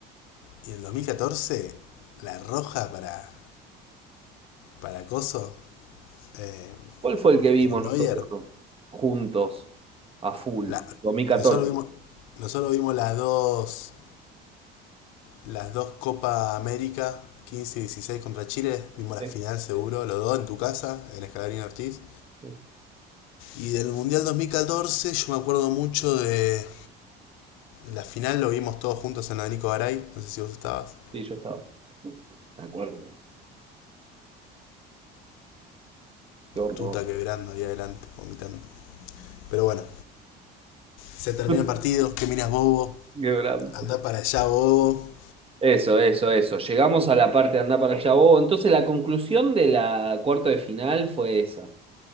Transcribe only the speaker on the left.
Y en el 2014, la roja para, para Coso, eh,
para Neuer,
La-
nosotros vimos, nosotros vimos las dos, las dos Copa América, 15 y 16 contra Chile, vimos la
final seguro, los dos en tu casa, en Escalarín Ortiz.
Y del Mundial 2014 yo me acuerdo mucho de la final, lo vimos todos juntos en la Nico Garay, no sé si vos estabas,
tuta quebrando ahí adelante, vomitando. Pero bueno, se termina
el partido, qué miras bobo,
anda para allá bobo.